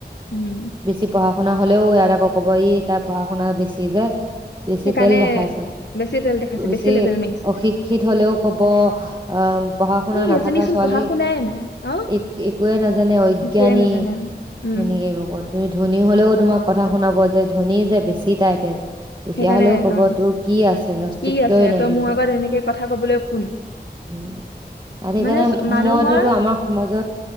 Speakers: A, on the left; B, on the right.
A: উম
B: বেছি পঢ়া শুনা হলেও ইয়াৰ আকৌ কব ই তাৰ পঢ়া শুনা বেছি যে বেছি
A: সেইকাৰণে
B: তেল দেখাইছে।
A: বেছি তেল দেখাইছে
B: বেছি
A: লেবেল মাৰিছে
B: অশিক্ষিত হলেও কব অ, পঢ়া-শুনা
A: ই সেইজনীচোন
B: নথকা ছোৱালী
A: পঢ়া শুনাই নাই অ
B: এক একোৱেই নাজানে অজ্ঞানী।
A: একোৱে নাজানে উম
B: সেনেকে ক'বতো। তুমি ধোনী হ'লেও তোমাক কথা শুনাব যে ধোনী যে বেছি টাই তেল দুখীয়া
A: সেইকাৰণে
B: হ'লেও ক'ব
A: অ
B: তোৰ, কি আছে অস্তিত্বই
A: কি আছে
B: নাই
A: তই
B: দুখীয়া
A: মোৰ আগত এনেকে কথা কবলৈ কোন।
B: উম তাত সেইকাৰণে
A: মানে মানুহৰ,
B: মইতোতো আমাৰ সমাজত